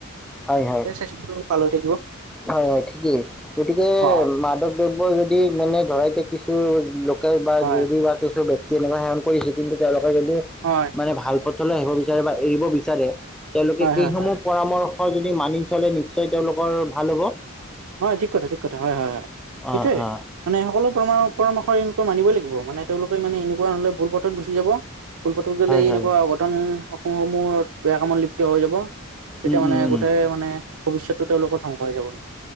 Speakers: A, in the centre; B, on the right.
A: হয় হয়
B: তেতিয়া স্বাস্থ্যটো ভাল হৈ থাকিব।
A: হয় হয় ঠিকেই গতিকে
B: অ
A: মাদক দ্ৰব্য যদি মানে ধৰাই কিছু- বা
B: হয়
A: যদি
B: হয়
A: বা কিছু ব্যক্তি এনেকুৱা সেৱন কৰিছে কিন্তু তেওঁলোকে যদি-
B: হয়।
A: মানে ভাল পথলৈ আহিব বিচাৰে বা এৰিব বিচাৰে, তেওঁলোকে
B: হয়
A: এইসময়ত-
B: হয়
A: পৰামৰ্শ যদি মানি চলে নিশ্চয় তেওঁলোকৰ ভাল হ'ব।
B: হয় ঠিক কথা ঠিক কথা হয় হয় হয়
A: অ
B: এইটোয়ে।
A: অ
B: মানে সকলো পৰামৰ্শ এনেকুৱা মানিবই লাগিব মান তেওঁলোকে মানে এনেকুৱা নহলে ভুল পথত গুচি যাব। ভুলপথত গলে
A: হয়
B: এনেকুৱা
A: হয়
B: অঘটন সমূহত বেয়া কামত লিপ্ত হৈ যাব। তেতিয়া
A: উম
B: মানে
A: উম উম
B: গোটেই মানে ভৱিষ্যতটো তেওঁলোকৰ ধ্বংস হৈ যাব কিন্তু